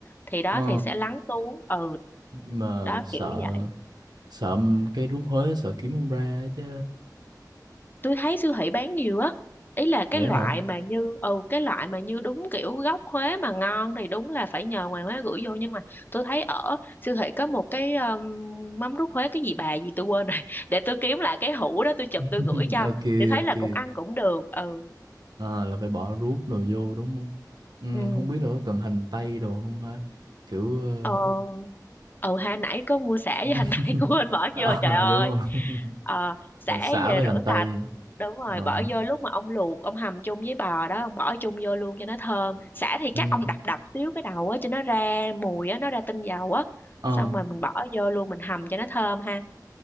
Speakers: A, on the left; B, on the right.
A: thì đó
B: ờ
A: thì sẽ lắng xuống ừ
B: Nhưng mà
A: đó
B: sợ
A: kiểu vậy
B: sợ cái rút hối sợ kiếm không ra ấy chứ
A: tôi thấy siêu thị bán nhiều á ý là cái
B: vậy
A: loại
B: hả
A: mà như ừ cái loại mà như đúng kiểu gốc Huế mà ngon thì đúng là phải nhờ ngoài Huế gửi vô nhưng mà tôi thấy ở siêu thị có một cái um, mắm rút Huế cái gì bà gì tôi quên rồi <laughs> để tôi kiếm lại cái hũ đó tôi chụp
B: <laughs>
A: tôi gửi cho
B: ok
A: thì thấy
B: ok
A: là cũng ăn cũng được ừ
B: à, là phải bỏ ruốc đồ vô đúng không ừ,
A: ừ
B: không biết là có cần hành tây đồ không hả kiểu
A: ờ
B: ờ,
A: ừ ha nãy có mua sả với
B: <laughs>
A: hành tây <laughs> quên bỏ
B: à,
A: vô trời ơi
B: đúng rồi <laughs>
A: Ờ, xả
B: là xả
A: về
B: với
A: rửa
B: hành tây
A: sạch đúng rồi
B: ờ
A: bỏ vô lúc mà ông luộc ông hầm chung với bò đó ông bỏ chung vô luôn cho nó thơm sả thì
B: ừ,
A: chắc ông đập đập xíu cái đầu á cho nó ra mùi á nó ra tinh dầu á
B: ờ
A: xong rồi mình bỏ vô luôn mình hầm cho nó thơm ha